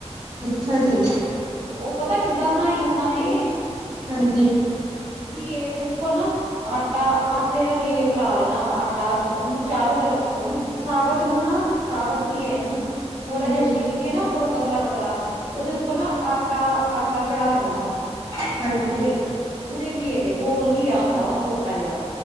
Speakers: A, on the right; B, on the right.
A: ਅੱਛਾ ਜੀ
B: ਉਹ ਪਤਾ ਕਿੱਦਾਂ ਬਣਾਈ ਉਨਾਂ ਨੇ।
A: ਹਾਂਜੀ
B: ਕੀ ਇਹਦੇ ਉੱਪਰ ਨਾ ਆਟਾ ਆਟੇ ਦਾ ਲੇਪ ਲਾ ਲੈਣ। ਆਟਾ, ਉਹਨੂੰ ਚਾਰੋ ਤਰਫ ਉਹਨੂੰ ਸਾਬਤ ਨੂੰ ਨਾ, ਸਾਬਤ ਘਿਏ ਨੂੰ, ਥੋੜਾ ਜਿਹਾ
A: ਹਾਂਜੀ
B: ਛਿੱਲ ਕੇ ਨਾ ਉੱਪਰੋਂ ਪਤਲਾ ਪਤਲਾ ਉਹਦੇ ਉੱਪਰ ਨਾ ਆਟਾ ਆਟਾ ਚੜ੍ਹਾ ਦੇਣਾ ਵਾ
A: ਹਾਂਜੀ
B: ਪੂਰੇ ਪੂਰੇ ਘੀਏ ਦੇ, ਗੋਲ ਘੀਆ ਹੁੰਦਾ ਉਹ ਛੋਟਾ ਜਿਹਾ,